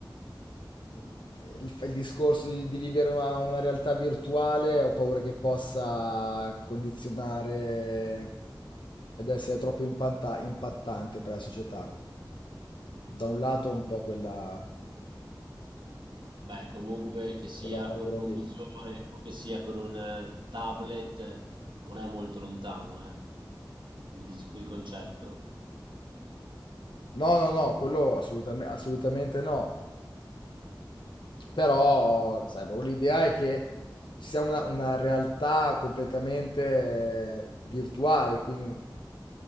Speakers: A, on the left; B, on the right.
A: Il, il discorso di, di vivere una, una realtà virtuale, ho paura che possa condizionare ed essere troppo impanta- impattante per la società. Da un lato
B: Ma,
A: un po' quella,
B: Beh, comunque che sia
A: quella paura
B: con un
A: lì.
B: visore o che sia con un eh, tablet, non è molto lontano, eh, il il concetto.
A: No, no, no, quello assolutame- assolutamente no. Però, sai, proprio l'idea è che ci sia una, una realtà completamente eh, virtuale, quindi